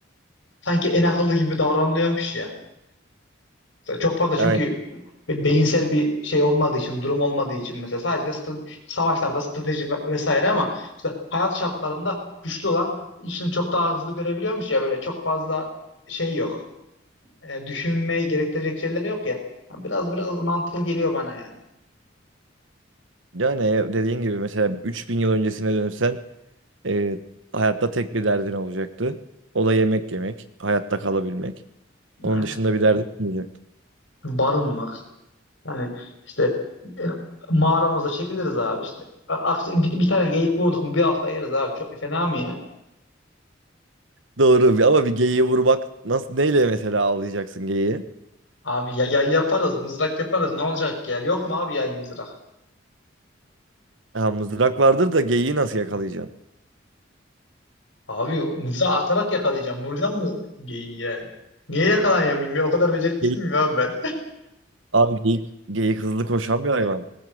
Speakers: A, on the left; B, on the right.
A: sanki en akıllı gibi davranılıyormuş ya. Mesela Çok fazla çünkü
B: Aynen.
A: be- beyinsel bir şey olmadığı için, durum olmadığı için mesela sadece sta- savaşlarda strateji ve- vesaire ama işte hayat şartlarında güçlü olan işini çok daha hızlı görebiliyormuş ya böyle çok fazla şey yok. E, düşünmeyi gerektirecek şeyler yok ya. Biraz biraz mantıklı geliyor bana yani.
B: Yani e, dediğin gibi mesela 3000 yıl öncesine dönsen e, hayatta tek bir derdin olacaktı. O da yemek yemek, hayatta kalabilmek. Onun
A: Evet.
B: dışında bir derdin olmayacak.
A: Barınmak. Yani işte e, mağaramıza çekiliriz abi işte. A- ak- Bir, bir tane geyik vurduk mu bir hafta yeriz abi. Çok fena mı yani?
B: Doğru bir- ama bir geyiği vurmak nasıl neyle mesela avlayacaksın geyiği?
A: Abi ya, yay yaparız, mızrak yaparız. Ne olacak ya? Yok mu abi yay mızrak?
B: Ha, mızrak vardır da geyiği nasıl yakalayacaksın?
A: Abi mızrağı atarak yakalayacağım. Vuracağım mı geyiği yani? Niye yakalayamayayım ya? O kadar beceriksiz
B: Geyik.
A: miyim abi ben?
B: Abi geyik, geyik hızlı koşan bir hayvan.